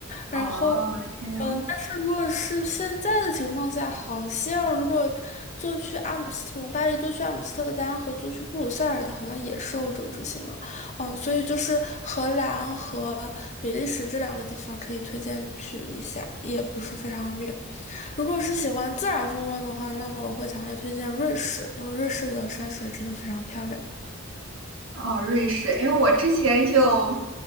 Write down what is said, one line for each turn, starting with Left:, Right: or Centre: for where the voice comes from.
Left: 然后，
Right: 哦，这样
Left: 嗯，但是如果是现在的情况下，好像如果坐去阿姆斯特从巴黎坐去阿姆斯特丹和坐去布鲁塞尔的，好像也是欧洲之行了。哦，所以就是荷兰和比利时这两个地方可以推荐去一下，也不是非常远。如果是喜欢自然风光的话，那我会强烈推荐瑞士，因为瑞士的山水真的非常漂亮。
Right: 哦，瑞士，哎，我之前就，